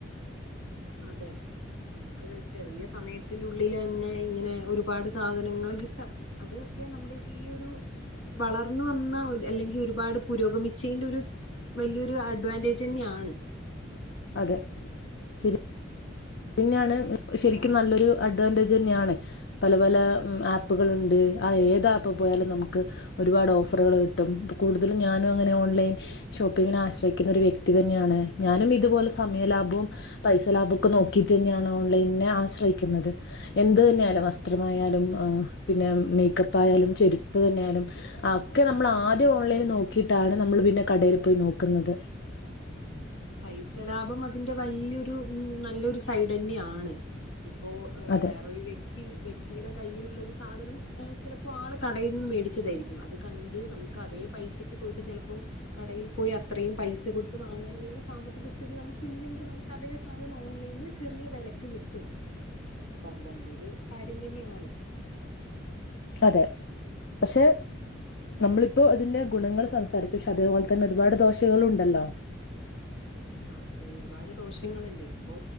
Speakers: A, on the left; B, on the left.
A: അതെ നമുക്ക് ചെറിയ സമയത്തിന്റെ ഉള്ളില് തന്നെ ഇങ്ങനെ ഒരുപാട് സാധനങ്ങൾ കിട്ടാം അത് നമ്മുടെ ഈ ഒരു വളർന്നു വന്ന അല്ലെങ്കിൽ ഒരുപാട് പുരോഗമിച്ചതിന്റെ ഒരു വലിയൊരു അഡ്വാൻറേജ് തന്നെയാണ്
B: അതെ ശരി ഇന്നെയാണ് ശരിക്കും നല്ലൊരു അഡ്വാൻറേജന്നെയാണ് പല പല ആപ്പുകളുണ്ട് ആ ഏത് ആപ്പ് പോയാലും നമുക്ക് ഒരുപാട് ഓഫറുകൾ കിട്ടും കൂടുതലും ഞാനും അങ്ങനെ ഓൺലൈൻ ഷോപ്പിംഗിനെ ആശ്രയിക്കുന്ന ഒരു വ്യക്തി തന്നെയാണ് ഞാനും ഇതുപോലെ സമയ ലാഭവും പൈസ ലാഭവും ഒക്കെ നോക്ക ക്കി തന്നെയാണ് ഓൺലൈനെ ആശ്രയിക്കുന്നത് എന്ത് തന്നെയാലും വസ്ത്രമായാലും പിന്നെ മേക്കപ്പ് ആയാലും ചെരുപ്പ് തന്നെയായാലും ഒക്കെ നമ്മൾ ആദ്യം ഓൺലൈനിൽ നോക്കിയിട്ടാണ് നമ്മൾ പിന്നെ കട പോയി നോക്കുന്നത്
A: പൈസ ലാഭം അതിന്റെ വല്യൊരു ഉം നല്ലൊരു സൈഡ്ന്നെയാണ് ഇപ്പോ എഹ്
B: അതെ
A: വേറൊരു വ്യക്തി വ്യക്തിയുടെ കയ്യിലുള്ള ഒരു സാധനം എഹ് ചിലപ്പോ ആൾ കടയിൽ നിന്ന് മേടിച്ചതായിരിക്കും. അത് കണ്ട് നമുക്ക് അതേ എഹ് പൈസക്ക് പോയിട്ട് ചിലപ്പോ കടയിൽ പോയി അത്രയും പൈസ കൊടുത്ത് വാങ്ങാനുള്ള രു സാമ്പത്തിക സ്ഥിതി നമുക്ക് ഇല്ലെങ്കിൽ നമുക്ക് അതേ സാധനം ഓൺലൈന് ചെറിയ വിലക്ക് കിട്ടും. അപ്പൊ അത് വല്യൊരു കാര്യം തന്നെയാണ്.
B: അതെ പക്ഷെ നമ്മളിപ്പോ അതിന്റെ ഗുണങ്ങൾ സംസാരിച്ചു. ക്ഷെ അതേപോലെ തന്നെ ഒരുപാട് ദോശകൾ ഉണ്ടല്ലോ.
A: ആഹ് അതെ ഒരുപാട് ദോഷങ്ങളുണ്ട ഇപ്പോ